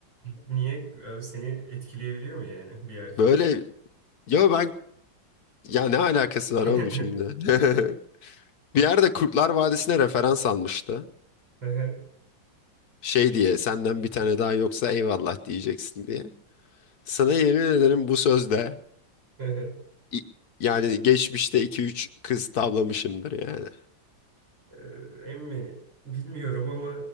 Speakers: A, on the right (about 75°); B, on the left (about 60°).
A: Niye? Abi seni etkileyebiliyor mu yani bir erkek?
B: Böyle ya ben ya ne alakası
A: <laughs>
B: var oğlum şimdi? <laughs> Bir yerde Kurtlar Vadisi'ne referans almıştı.
A: Ehe,
B: Şey diye senden bir tane daha yoksa eyvallah diyeceksin diye. Sana yemin ederim bu sözle
A: ehe.
B: i- yani geçmişte iki üç kız tavlamışımdır yani.
A: Ee, Emmi bilmiyorum ama